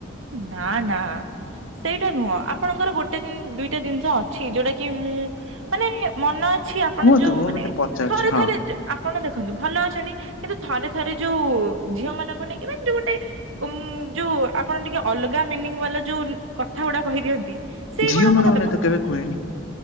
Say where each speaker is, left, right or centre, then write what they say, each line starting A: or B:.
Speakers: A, on the right; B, on the left.
A: ନା ନା ସେଇଟା ନୁହଁ ଆପଣଙ୍କର ଗୋଟେ ଦୁଇଟା ଜିନିଷ ଅଛି ଯୋଉଟା କି ମୁଁ ମାନେ ମନ କିଛି ଆପଣ
B: କୁହନ୍ତୁ
A: ଯୋଉ
B: ମୁଁ
A: ମାନେ
B: ମତେ ପଚାରୁଛି
A: ଥରେ
B: ହଁ।
A: ଥରେ ଆପଣ ଦେଖନ୍ତୁ ଭଲ ଅଛନ୍ତି କିନ୍ତୁ ଥରେ ଥରେ ଯୋଉ ଝିଅ ମାନଙ୍କୁ ନେଇକି ମାନେ ଯୋଉ ଗୋଟେ ଉ ଯୋଉ ଆପଣ ଟିକେ ଅଲଗା ମିନିଂ ବାଲା ଯୋଉ କଥା ଗୁଡା କହିଦିଅନ୍ତି ସେଇ
B: ଝିଅ
A: ଗୁଣକ
B: ମାନଙ୍କ
A: ମତେ
B: ନାଇ
A: ପସନ୍ଦ
B: ତ କେବେ କୁହେନି